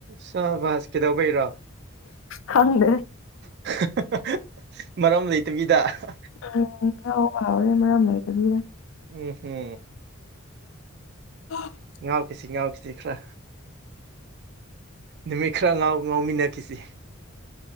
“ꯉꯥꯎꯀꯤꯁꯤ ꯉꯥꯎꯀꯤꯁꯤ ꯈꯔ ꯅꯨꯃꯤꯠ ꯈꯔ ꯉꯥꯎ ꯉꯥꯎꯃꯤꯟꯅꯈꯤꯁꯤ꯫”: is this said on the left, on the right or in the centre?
Right